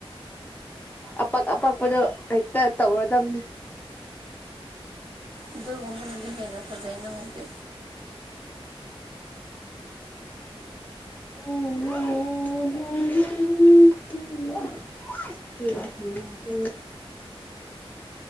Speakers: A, on the left (about 15°); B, on the right (about 50°).
A: ꯑꯄꯥꯛꯛ ꯑꯄꯥꯛꯄꯗꯣ ꯍꯦꯛꯇ ꯇꯧꯔꯗꯕꯅꯤ
B: ꯑꯗꯨꯒꯨꯝꯕꯅꯗꯤ ꯍꯦꯟꯅ ꯐꯖꯩ ꯅꯪꯗꯤ
A: ꯎ <inaudible> ꯍ ꯍꯝ <inaudible>